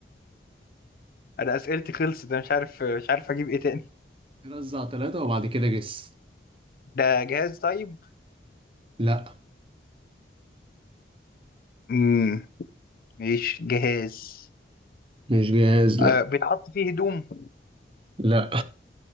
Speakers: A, on the left; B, on the right.
A: انا اسئلتي خلصت انا مش عارف مش عارف اجيب ايه تاني
B: رزع ثلاثة وبعد كده جس
A: ده جهاز طيب
B: لا
A: مم، مش جهاز
B: مش جاهز
A: آه
B: لا
A: بيتحط فيه هدوم
B: لا